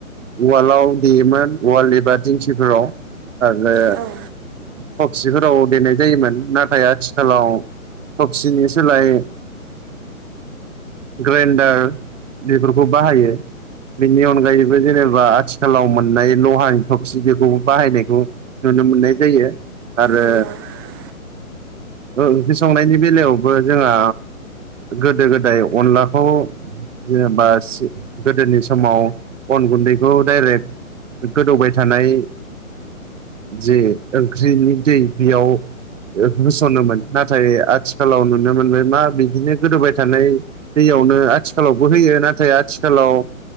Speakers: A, on the right (about 60°); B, on the right (about 15°).
A: ववाल्डआव देयोमोन वाल्ड एबा दिंखिफोराव आरो
B: औ
A: फक्स औ देनाय जायोमोन नाथाय आथिखालाव थफसिनि सोलाय ग्राइन्डार बेफोरखौ बाहायो बेनि अनगायैबो जेनेबा आथिखालाव मोननाय लहानि थबसि बेखौबो बाहायनायखौ नु नुनो मोननाय जायो आरो
B: नंगौ नंगौ
A: औ ओंख्रि संनायनि बेलायावबो जोंहा गोदो-गोदाय अनलाखौ जेनेबा सि गोदोनि समाव अन गुन्दैखौ डाइरेक्ट गोदौबाय थानाय जे ओंख्रिनि दै बेयाव होसनोमोन। नाथाय आथिखालाव नुनो मोनबाय मा बिदिनो गोदौबाय थानाय दैयावनो आथिखालावबो होयो नाथाय आथिखालाव